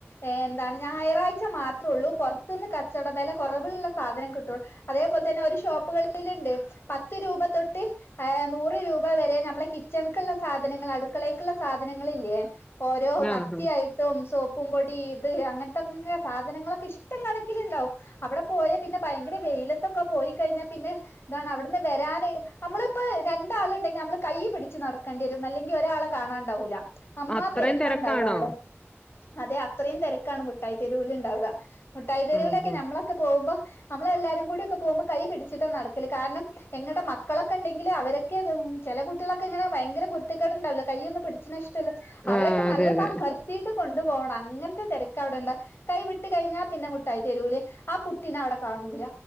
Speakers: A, on the left; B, on the left.
A: ഏഹ് എന്താണ് ഞായറാഴ്ച മാത്രേ ഉള്ളൂ പുറത്തു നിന്ന് കച്ചവട വില കുറവിലുള്ള സാധനം കിട്ടുള്ളൂ അതേപോലെ തന്നെ ഒരു ഷോപ്പുകളിലുണ്ട് പത്ത് രൂപ തൊട്ട് ആഹ നൂറ് രൂപ വരെ നമ്മളെ കിച്ചണക്കുള്ള സാധനങ്ങൾ അടുക്കളക്കുള്ള സാധനങ്ങില്ലേ ഓരോ കത്തിയയി
B: ആഹാ
A: <unintelligible> സോപ്പും പൊടി ഇത് അങ്ങനത്തെൊക്കെ സാധനങ്ങളൊക്കെ ഇഷ്ടം കണക്കിലുണ്ടാവും അവിടെ പോയാ പിന്നെ ഭയങ്കര വെയിയില- ഒക്കെ പോയി കഴിഞ്ഞാൽ പിന്നെ എന്താണ് അവിടുന്ന് വരാന് നമ്മളിപ്പോ രണ്ടാളും ഇണ്ടെങ്ക നമ്മള് കൈയ് പിടിച്ച് - ച്ച് നടക്കേണ്ടി വരും അല്ലെങ്കിൽ ഒരാളെ കാണാണ്ടാവൂല അമ്മാതിരക്കാണ്ടാവും
B: അത്രയും തിരക്കാണോ?
A: അവിടെ അതെ അത്രയും തെരക്കാണ് മുഠായി തെരുവിൽ ഇണ്ടാവുക മുട്ടായി തെരുവിലൊക്കെ
B: ആഹാ ആഹ്
A: നമ്മളൊക്കെ പോകുമ്പോൾ നമ്മളെല്ലാരും കൂടി- പോകുമ്പോൾ കൈ പിടിച്ചിട്ട് നടക്കല് കാരണം ഞങ്ങളുടെ മക്കളൊക്കെ- ഉണ്ടെങ്കില് അവരക്കെ ചെല കുട്ടികൊക്കെങ്ങനെ ഭയങ്കര- കുരുത്തക്കേട് ഉണ്ടാവില്ല കൈ ഒന്നും പിടിച്ചിന ഇഷ്ടല്ല അവരൊക്ക
B: ആ
A: നല്ല-
B: അതെ അതെ
A: കട്ടീട്ട് കൊണ്ടു പോണം അങ്ങനത്തെ തെരക്കാ അവിടെയുള്ളെ കൈ വിട്ട്- കഴിഞ്ഞാൽ പിന്നെ- ക്കായി തരൂലേ ആ കുട്ടിനെ അവിടെ കാണൂല